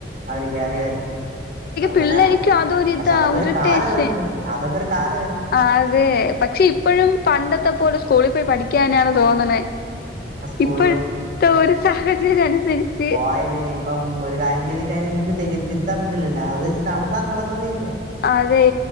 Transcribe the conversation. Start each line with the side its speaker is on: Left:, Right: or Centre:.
Right: അവരിക്ക് അറിയ അങ്ങനെയല്ല
Left: പിള്ളേരിക്കും അതൊരിതാ
Right: പക്ഷെ അതൊക്കെ
Left: ഇറിട്ടേഷൻ
Right: ഒരു കാലവായിരുന്ന് അതൊക്കെ ഒരു കാലവായിരുന്ന്
Left: ആഹ് അതെ പക്ഷെ ഇ പ്പഴും പണ്ടത്തെ പോല സ്കൂളി പോയി പഠിക്കാനാണ് തോന്നണെ
Right: ആ സ്കൂളില്
Left: ഇപ്പഴു ത്തെ ഒരു സാഹചര്യ അനുസരിച്
Right: പോയതേ ഇപ്പം ഒരു കാര്യം ചെയ്തുക്ക വീണ്ടും തരും തിരുത്താൻ പറ്റൂലല്ലോ അത് നടന്നാ നടന്നത് തന്നെ
Left: അതേ